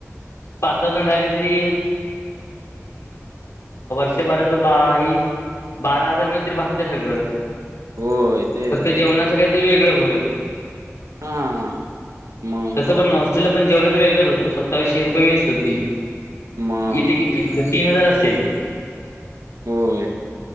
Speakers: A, on the left; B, on the right.
A: पाच सहा जण राहिले तरी, <unintelligible> शे बराच बाई, बारा हजार मध्ये तरी भागतय सगळं.
B: होय तेच
A: फक्त जेवणाचं काहीतरी वेगळं होईल.
B: हां. मग
A: तसं पण अस चल पण जेवणाच वेगळंच होतं, सत्तावीसशे रुपये मेस होती
B: मग
A: इथे किती तीन हजार असेल.
B: होय,